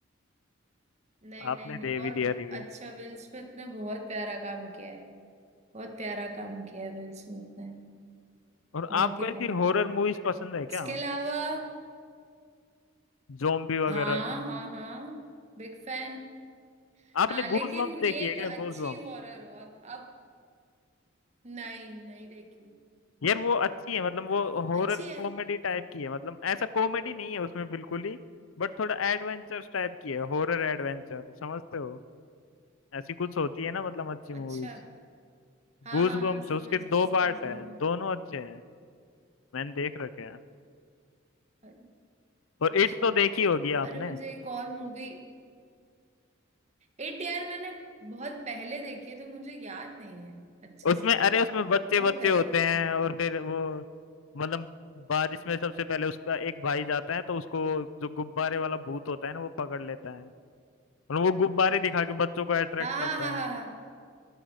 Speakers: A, on the right; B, on the left.
A: नहीं
B: आपने
A: नहीं नहीं
B: दे भी
A: और
B: दिया रिव्यू
A: अच्छा विल स्मिथ ने बहुत प्यारा काम किया है बहुत प्यारा काम किया है विल स्मिथ ने
B: और
A: बहुत
B: आपको
A: ही
B: ऐसी
A: प्यारा
B: हॉरर मूवीज पसंद है
A: इसके
B: क्या
A: अलावा
B: जोम्बी वगैरह
A: हाँ
B: की
A: हाँ हाँ बिग फैन
B: आपने
A: हाँ लेकिन
B: गूज बम्प्स देखी
A: ये है
B: है क्या
A: कि अच्छी
B: गूज बम्प्स
A: हॉरर हो अब अब नहीं नहीं देखी
B: यार वो अच्छी है मतलब वो हॉरर
A: अच्छी है
B: कॉमेडी टाइप की है मतलब ऐसा कॉमेडी नहीं है उसमें बिल्कुल ही बट थोड़ा एडवेंचर टाइप की है हॉरर एडवेंचर समझते हो ऐसी कुछ होती है ना मतलब अच्छी
A: अच्छा
B: मूवीज
A: हाँ
B: गूजबम्प्स
A: हाँ हाँ समझ
B: उसके
A: गई
B: दो
A: समझ
B: पार्ट
A: गई
B: है
A: मैं
B: दोनों अच्छे हैं मैंने देख रखे हैं
A: अ-
B: और
A: अच्छा
B: इट तो देखी होगी आपने
A: अरे मुझे एक और मूवी एट यार मैंने बहुत पहले देखी है तो मुझे याद नहीं है अच्छे
B: उसमें
A: से
B: अरे उसमें बच्चे
A: बहुत
B: बच्चे
A: पहले
B: होते
A: देखी
B: हैं
A: है
B: और फिर वो मतलब बारिश में सबसे पहले उसका एक भाई जाता है तो उसको जो गुब्बारे वाला भूत होता है ना वो पकड़ लेता है और वो गुब्बारे दिखा के बच्चों को अट्रैक्ट
A: हाँ
B: करता
A: हाँ हाँ हाँ
B: है
A: हाँ